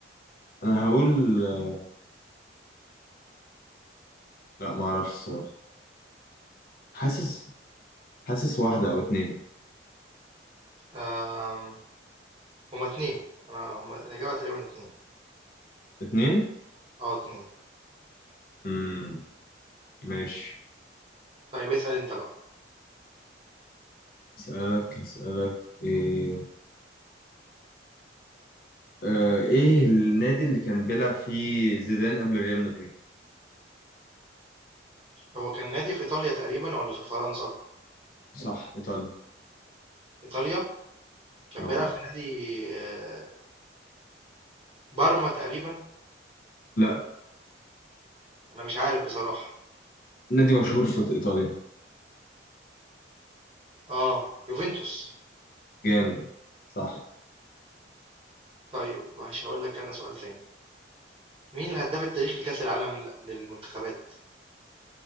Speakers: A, on the left (about 50°); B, on the right (about 30°).
A: انا هقول آه، لا ما اعرفش حاسس حاسس واحدة أو اتنين
B: آم. هما اتنين انا هما الاجابه تقريبا اتنين
A: اتنين؟
B: اه اتنين
A: مم. ماشي
B: طيب اسال انت بقى
A: اسألك اسألك ايه آه ايه النادي اللي كان بيلعب فيه زيدان قبل ريال مدريد؟
B: هو كان نادي في ايطاليا تقريبا ولا في فرنسا
A: صح ايطاليا
B: ايطاليا كان
A: اه
B: بيلعب في نادي آه، بارما تقريبا
A: لا
B: انا مش عارف بصراحه
A: نادي مشهور في ايطاليا
B: اه يوفنتوس
A: جامد صح
B: طيب مش هقول لك انا سؤال تاني مين الهداف التاريخي لكاس العالم لل- للمنتخبات